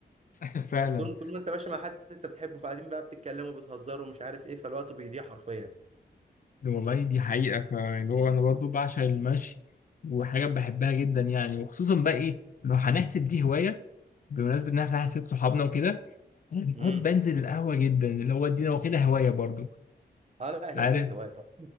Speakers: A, on the left; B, on the right.
A: <laughs> فعلا
B: اصل طول طول ما انت ماشي مع حد انت بتحبه فقاعدين بقى بتتكلموا وبتهزروا ومش عارف ايه فالوقت بيضيع حرفيا
A: والله دي حقيقة فاللي هو أنا برضو بعشق المشي وحاجة بحبها جدا يعني وخصوصا بقى إيه لو هنحسب دي هواية بمناسبة إن إحنا حسيت صحابنا وكده أنا بحب
B: امم
A: أنزل القهوة جدا اللي هو دي أنا واخدها هواية برضو أنت
B: اه لا هي
A: عارف
B: اكيد هوايه طبعا